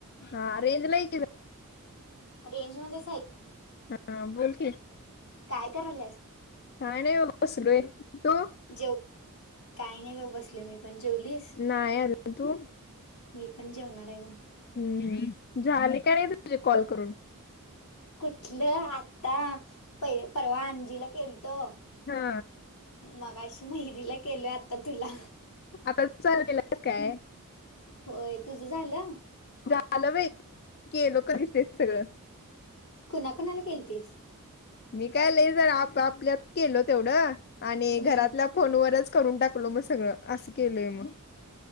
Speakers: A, on the left; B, on the left.
A: हा अ रेंज नाही
B: रेंज मध्ये
A: हा बोल के
B: काय कराला
A: आणि येऊन बसलोय तू
B: जेव काही नाही म बसले मी पण जेवलीस
A: नाही अजून तू
B: मी पण जेवणार आहे ग
A: हम्म झाले का नाही तुझे कॉल करून
B: कुठलं आता प परवा अंजीला केल त
A: हा
B: मग अशी माहती ला केल आता तुला
A: आता चालू काय
B: होय तुझं झालं
A: झालं व केलो दिसते सगळं
B: कोणा कोणाला केलतीस
A: मी काय लई जरा आप आपल्यात केल तेवढं आणि
B: हम्म
A: घरातल्या फोनवरच करून टाकल मग सगळं असं केलंय मग